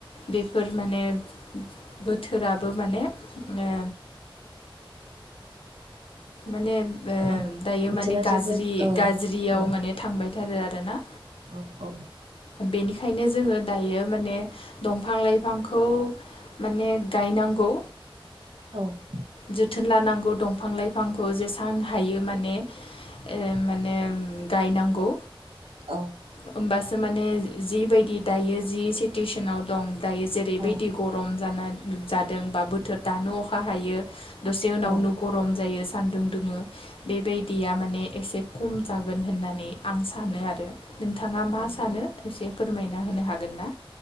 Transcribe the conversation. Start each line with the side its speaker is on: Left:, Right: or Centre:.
Left: बेफोर माने बोथोराबो माने ओ माने ओ
Right: औ
Left: दायो
Right: बोथोरा
Left: माने गाज्रि
Right: जोबोद औ
Left: गाज्रियाव
Right: औ
Left: माने थांबाय थारो आरो ना
Right: औ औ
Left: बेनिखायनो जोङो दायो माने दंफां लाइफांखौ माने गायनांगौ
Right: औ
Left: जोथोन लानांगौ दंफां लाइफांखौ जेसां हायो मोन ने ओ माने गायनांगौ
Right: औ
Left: होमबासो माने जिबायदि दायो जि सिटुवेसनाव दं दायो जेरैबायदि
Right: औ
Left: गरम जानान जादों बा बोथोर दानो अखा हायो दसे उनावनो
Right: औ
Left: गरम जायो सान्दुं दुङो बेबायदिया माने एसे खम जागोन होननानै आं सानो आरो नोंथाङा मा
Right: नंगौ
Left: सानो एसे फोरमायना होनो हागोन ना?